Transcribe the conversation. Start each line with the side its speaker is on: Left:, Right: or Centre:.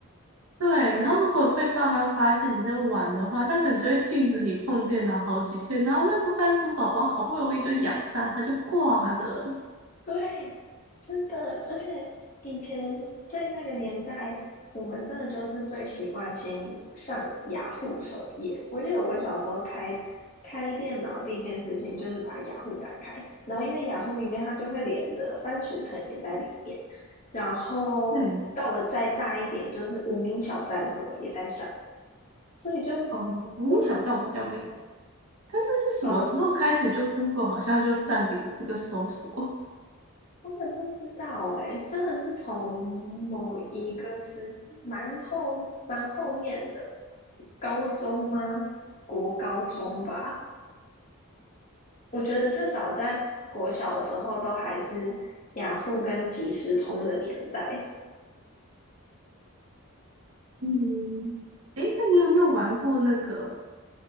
Right: 对，然后如果被爸妈发现你在玩的话，他可能就会禁止你碰电脑好几天，然后那个番薯宝宝好不容易就养大，它就挂了。
Left: <laughs> 对，真的，而且以前在那个年代，我们真的就是最习惯先上雅虎首页。我记得我小时候开开电脑第一件事情就是把雅虎打开，然后因为雅虎里面它就会连着番薯藤也在里面，然后到了再大一点就是无名小站什么也在上，
Right: 对，
Left: 所以就
Right: 哦，我名小在我们家没有玩
Left: 哇，
Right: 但是是什么时候开始就
Left: 呃。
Right: Google 好像就占领了这个搜索？
Left: 我也不知道哎、真的是从某一个是蛮后蛮后面的高中吗？国高中吧，我觉得至少在国小的时候都还是雅虎跟即时通的年代。
Right: <laughs> 嗯，诶，那你有没有玩过那个